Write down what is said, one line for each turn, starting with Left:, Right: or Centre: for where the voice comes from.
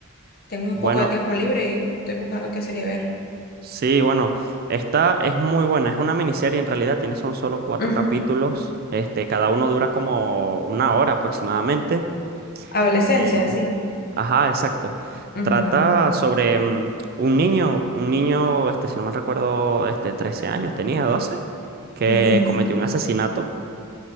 Left: Tengo un
Right: Bueno,
Left: poco de tiempo libre y estoy buscando qué serie ver.
Right: sí, bueno, esta es muy buena, es una miniserie en realidad, tiene son solo cuatro
Left: Ujú,
Right: capítulos, este, cada uno dura como una hora aproximadamente.
Left: Adolescencia,
Right: Eh,
Left: sí.
Right: Ajá, exacto.
Left: ujú,
Right: Trata
Left: ujú,
Right: sobre mm, un niño, un niño, este, si no mal recuerdo, este, 13 años, tenía 12, que
Left: Ujú, ujú.
Right: cometió un asesinato,